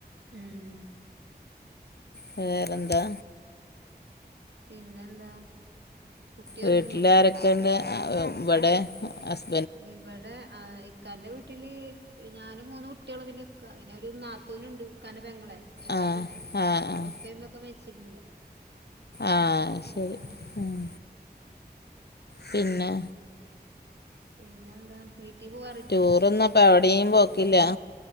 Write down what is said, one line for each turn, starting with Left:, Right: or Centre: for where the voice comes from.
Right: ഉം
Left: വേറെന്താ
Right: പിന്നെന്താ കുട്ടി
Left: വീട്ടിലാരൊക്കെണ്ട്
Right: ഒറങ്ങിയോ
Left: ഇവിടെ ഹസ്
Right: ഇവടെ ആ ഇക്കാന്റെ വീട്ടില് ഞാനും മൂന്ന് കുട്ടിയാളും പിന്നെക്ക പിന്നെ ഒരു നാത്തൂന് ഉണ്ട് ഇക്കാന്റെ പെങ്ങളെ വേറെ
Left: ആഹ്
Right: ആരു
Left: ആഹ്
Right: ഇവടെ
Left: ആഹ്
Right: ഉപ്പേം ഉമ്മേം ഒക്കെ മരിച്ചികണ്
Left: ആഹ്
Right: വേറെ ആരുല്ല
Left: ശരി
Right: ഇമ്
Left: ഉം പിന്നെ
Right: പിന്നെന്താ വീട്ടി പോവാറി
Left: ടൂർ ഒന്നും അപ്പ എവടിം പോക്കില്ല